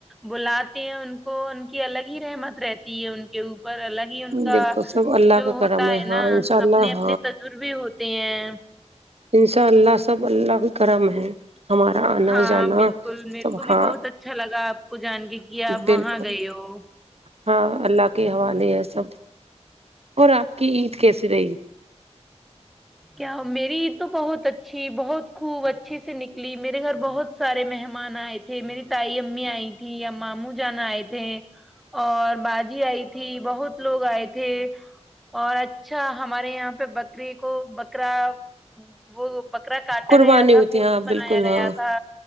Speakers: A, in the centre; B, on the right.
A: بلا ہیں ان کو ان کی الگ رحمت رہتی ہے ان کی کے اوپر الگ ہی ان کا
B: بالکل سب اللہ
A: جو
B: کا
A: ہوتا
B: کرم
A: ہے
B: ہاں
A: نا
B: انشاء اللہ
A: اپنے اپنے تجربے ہوتے ہیں
B: ان شاء اللہ سب اللہ بھی کرم ہے ہمارا آنا
A: ہاں
B: جانا
A: بالکل میرے
B: سب
A: کو
B: ہاں
A: بھی بہت اچھا لگا آپ کو جان کے کہ آپ
B: بالکل
A: وہاں گئے ہو
B: ہاں اللہ کے حوالے ہے سب اور آپ کی عید کیسی رہی
A: کیا میری عید تو بہت اچھی بہت خوب اچھیے سے نکلی میرے گھر بہت سارے مہمان آئے تھے میری تائی امی آئی تھی ا ماموں جانا آئے تھے اور باجی آئی تھی بہت لوگ آئے تھے اور اچھا ہمارے یہاں پہ بکری کو بکرا وہ بکرا کاٹا
B: قربانی
A: گیا تھا
B: ہوتی
A: گوشت
B: ہے ہاں
A: بنایا
B: بالکل ہاں
A: گیا تھا